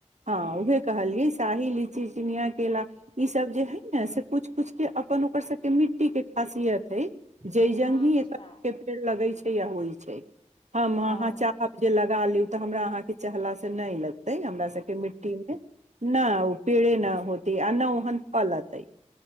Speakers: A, on the right (about 75°); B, on the left (about 45°).
A: हाँ
B: ह
A: उहे कहलियए शाही लीची चिनिया केेला ई सब जे हय न से कुछ कुछ के अपन ओकर सब के मिट्टी के खा खासियत है जय जंग
B: अच्छा
A: ही ए के पेड़ लगे छै आ होइ छै हम
B: ओ
A: अहाँ चाहब जे लगा लियु तऽ हमरा अहाँके चहला से नहि लगते हमरा सबके मिट्टी मे न ओ पेड़ न होत अनहिओहन फल अतइ